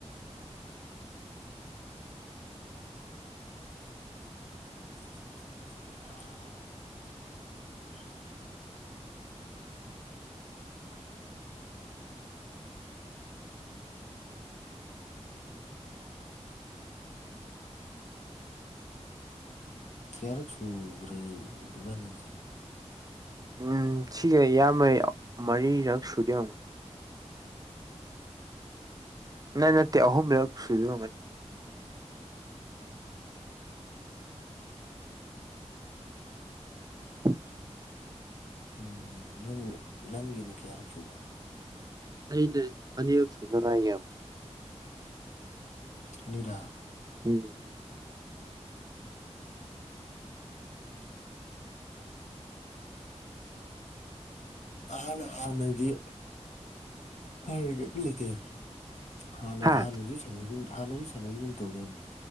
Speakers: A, on the left; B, on the right.
A: <unintelligible> ꯀꯦꯌꯥꯔꯦꯠ ꯁꯨꯒ꯭ꯔꯦ ꯏꯕꯥꯅꯤꯖꯦ
B: ꯎꯝ ꯁꯤꯒ ꯏꯌꯥꯝꯕꯩ ꯃꯔꯤꯔꯛ ꯁꯨꯗꫭꯏꯔꯝꯒꯅꯤ ꯅꯥ ꯅꯠꯇꯦ ꯑꯍꯨꯝꯔꯛ ꯁꯨꯗꫭꯏ ꯔꯝꯒꯅꯤ <inaudible>
A: ꯎꯝ ꯅꯪ ꯅꯪꯒꯤꯅ ꯀꯌꯥꯔꯛ ꯁꯨꯕ
B: ꯑꯩꯅ ꯑꯅꯤꯔꯛ ꯁꯨꯗꯥ ꯉꯥꯏꯔꯤ
A: ꯑꯅꯤꯗ
B: ꯎꯝ
A: ꯑꯅ ꯍꯥꯟꯅꯗꯤ ꯍꯒ ꯂꯩꯇꯦ ꯍꯥꯟꯅ
B: ꯍꯥ
A: ꯍꯥꯟꯅꯁꯨ ꯁꯥꯟꯅꯈꯤꯕꯒ ꯍꯥꯟꯅꯁꯨ ꯁꯥꯟꯅꯈꯤꯕꯒꯨꯝ ꯇꯧꯗꯣꯏꯅꯦ